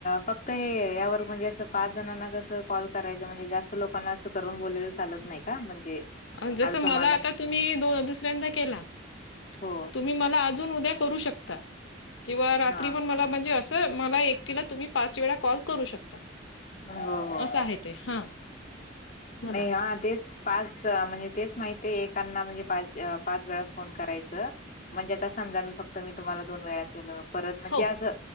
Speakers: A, on the left; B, on the left.
A: फक्त.
B: <inaudible>
A: त्यावर म्हणजे असं पाच जणांना कसं कॉल करायचं म्हणजे जास्त लोकांना असं करून बोलेलं चालत नाही का म्हणजे.
B: अ जस
A: आता तुम्हाला
B: मला आता तुम्ही दोन दुसऱ्यांदा केला तू
A: हो
B: तुम्ही मला अजून उद्या करू शकता किंवा रात्री
A: हा
B: पण मला म्हणजे अस. तर मला एककीला तुम्ही पाच वेळा कॉल करू शकता.
A: हो हो.
B: असं आहे ते हा. मला
A: नाही हा तेच. पाच म्हणजे तेच माहिती एांना म्हणजे पाच पाच वेळा फोन करायचं. म्हणजे आता समजा मी फक्त मी तुम्हाला दोन वेळा केलं. परत म्हणजे
B: हो.
A: असं